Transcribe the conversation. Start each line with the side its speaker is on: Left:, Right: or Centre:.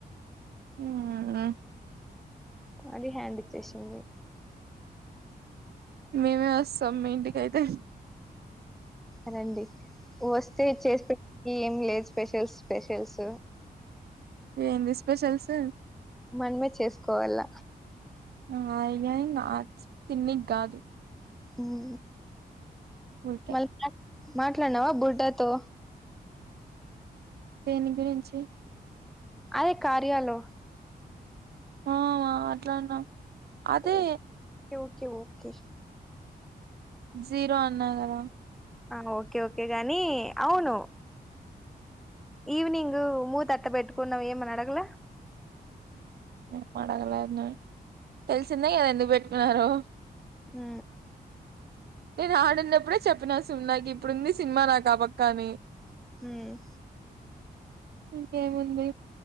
Right: ఉమ్ ఆ
Centre: అది హ్యాండ్ ఇచ్చేసింది.
Right: మేమే వస్తాం మీ ఇంటికైతే
Centre: రండి వస్తే చేస్పెట్ ఏం లేదు స్పెషల్స్ స్పెషల్స్
Right: ఏంది స్పెషల్స్
Centre: మనమే చేసుకోవల్ల
Right: ఆ అయినా తిన్నీగాదు
Centre: ఉమ్
Right: ఊరికే
Centre: మళీ మాట్లాడినావా బుడ్డాతో
Right: దేని గురించి
Centre: అదే కార్యాలు
Right: ఆ మాట్లాడ్నా అదే
Centre: ఓకే ఓకే ఓకే
Right: జీరో అన్నా కదా
Centre: ఆ ఓకే ఓకే గాని అవును ఈవినింగు మూతట్ట పెట్టుకున్నావ్ ఏమని అడగల.
Right: నేన్ పండగ లెన్ దాని, తెలిసింద ఇయల ఎందుకు పెట్టుకున్నరో.
Centre: ఆ
Right: నేను ఆడునప్పుడే చెప్పినా సున్ నాకిప్పుడుంది సినిమా నాకు అబక్కని.
Centre: ఏ
Right: ఇంకేముంది